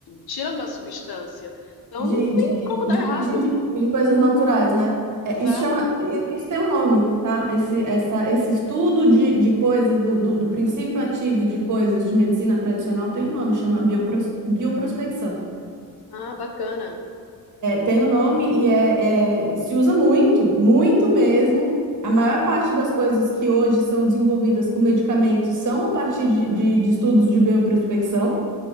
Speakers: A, on the left; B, on the right.
A: tirando a substância. Então
B: de,
A: não tem
B: de,
A: como dar
B: de
A: errado.
B: origem de, de coisas naturais, né? É,
A: Exato.
B: isso chama, i- isso tem um nome, tá? Esse, essa, esse estudo de, de coisas, do, do, do princípio ativo de coisas de medicina tradicional tem um nome, chama biopros, bioprospecção.
A: Ah, bacana.
B: Tem o nome e é, é- se usa muito, muito mesmo. A maior parte das coisas que hoje são desenvolvidas com medicamentos são a partir de, de- de estudos de bioprospecção.